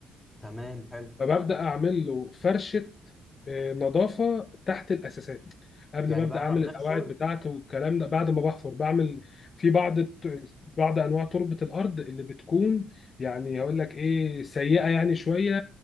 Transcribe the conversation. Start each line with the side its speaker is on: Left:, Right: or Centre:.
Centre: تمام حلو
Left: فببدا اعمل له فرشه آه، نظافه تحت الاساسات قبل
Centre: يعني
Left: ما ابدا
Centre: بعد
Left: اعمل
Centre: ما بنحفر
Left: القواعد بتاعته والكلام ده بعد ما بحفر بعمل في بعض الت- بعض انواع تربه الارض اللي بتكون يعني هقول لك ايه سيئه يعني شويه